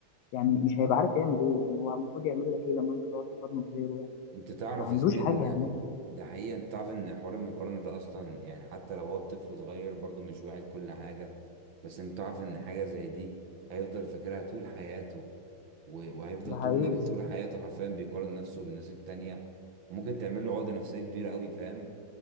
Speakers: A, on the left (about 85°); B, on the right (about 65°).
A: يعني مش هيبقى عارف يعمل إيه يعني هو المفروض يعمل لك إيه لما أنت تقعد تقارنه بغيره يعني
B: انت تعرف
A: ما عندوش
B: يا زميلي
A: حاجة
B: ان
A: يعملها
B: ده حقيقة انت تعرف ان حوار المقارنة ده اصلا يعني حتى لو هو الطفل صغير برضه مش واعي لكل حاجة بس انت تعرف ان حاجة زي دي هيفضل فاكرها طول حياته و- وهيفضل
A: ده
B: طول
A: حقيقي
B: طول حياته حرفيا بيقارن نفسه بالناس التانية وممكن تعمل له عقدة نفسية كبيرة قوي فاهم